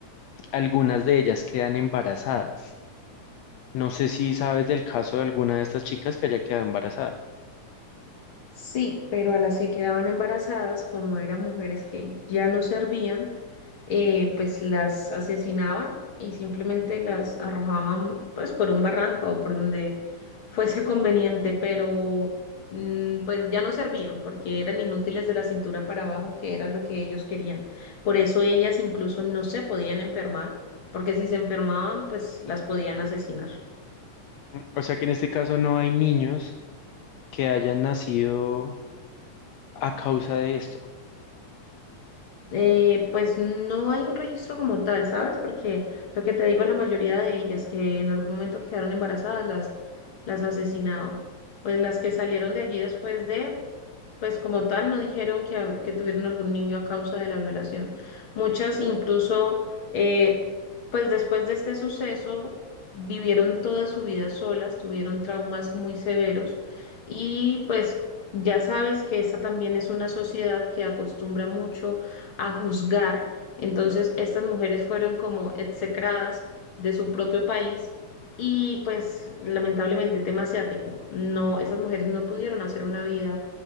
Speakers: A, on the left; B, on the left.
A: algunas de ellas quedan embarazadas. No sé si sabes del caso de alguna de estas chicas que haya quedado embarazada.
B: Sí, pero a las que quedaban embarazadas, como eran mujeres que ya no servían, eh, pues las asesinaban y simplemente las arrojaban pues por un barranco o por donde <laughs> fuese conveniente, pero mm, pues ya no servían porque eran inútiles de la cintura para abajo, que era lo que ellos querían. Por eso ellas incluso no se podían enfermar, porque si se enfermaban, pues las podían asesinar.
A: Mm, O sea que en este caso no hay niños que hayan nacido a causa de esto.
B: Eh, pues no hay un registro como tal, ¿sabes? Porque lo que te digo, la mayoría de ellas que en algún momento quedaron embarazadas las, las asesinaban. Pues las que salieron de allí después de, pues como tal, no dijeron que, hab- que tuvieron algún niño a causa de la violación. Muchas incluso, eh, pues después de este suceso, vivieron toda su vida solas, tuvieron traumas muy severos y pues ya sabes que esa también es una sociedad que acostumbra mucho a juzgar. Entonces, estas mujeres fueron como execradas de su propio país. Y pues lamentablemente tema asiático, no, esas mujeres no pudieron hacer una vida